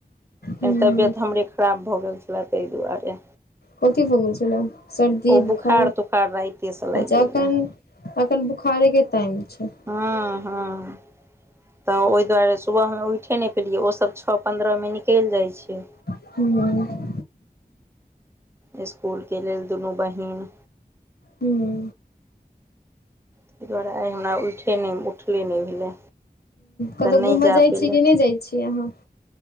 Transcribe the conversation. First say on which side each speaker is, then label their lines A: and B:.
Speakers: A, on the right; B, on the left.
A: कनी
B: ह
A: तबियत हमरे खराब भऽ गेल छलै तै दुआरे
B: कथी भगेल छला सर्दी
A: ओ
B: बुखार
A: तुखार राइतेसँ लागि
B: अचछाखन
A: गेल रहए
B: अखन बुखारे के टाइम छै
A: हँ हँ तऽ ओहि दुआरे सुबहमे उइठिे नै पेलियै ओसभ छओ पन्द्रहमे निकैल जाइ छै
B: हुॅं
A: इसकुलके लेल दुनू बहिन
B: हूँ
A: ताहि दुआरेइ हमरा उइठे नै उठले नै भेलै
B: कतहु
A: तऽ
B: घूमऽ
A: नै जा
B: जाइ
A: पेलै
B: छी कि नहि जाइ छी अहाँ